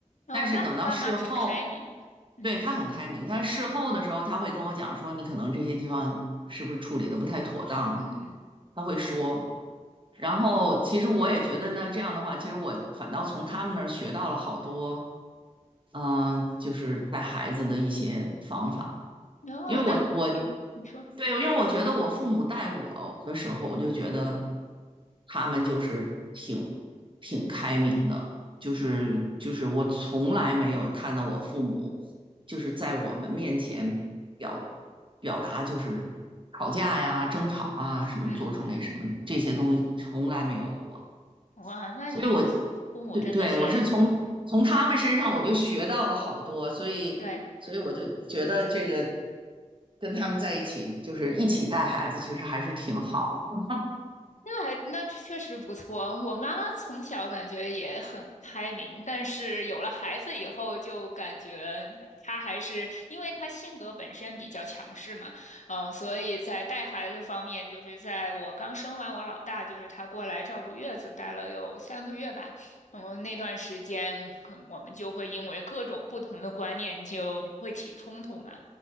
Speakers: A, on the left (about 70°); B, on the right (about 40°).
A: 哦，
B: 但是等到事后，
A: 那你爸妈挺开明的。嗯
B: 对，他很开明，但是事后的时候他会跟我讲说，你可能这些地方是不是处理的不太妥当，
A: 嗯。
B: 他会说。然后其实我也觉得呢，这样的话，其实我反倒从他们那儿学到了好多，嗯、就是带孩子的一些方法。
A: 哦，
B: 因为我我
A: 那挺，你说，
B: 对，因为我觉得我父母带我的时候，我就觉得他们就是挺挺开明的，就是就是我从来没有看到我父母就是在我们面前表表达就是吵架呀、争吵啊什么，
A: 嗯，
B: 做出那什么这些东西从来没有过。
A: 哇，那你父母真的是，
B: 所以我对对我是从从他们身上我就学到了好多，所以所以我就觉得这个
A: 对，
B: 跟他们在一起，就是一起带孩子，其实还是挺好的。
A: 那还那确实不错。我妈妈从小感觉也很开明，但是有了孩子以后，就感觉她还是因为她性格本身比较强势嘛，嗯、所以在带孩子方面，就是在我刚生完我老大，就是她过来照顾月子，带了有三个月吧。嗯，那段时间，可能我们就会因为各种不同的观念就会起冲突嘛。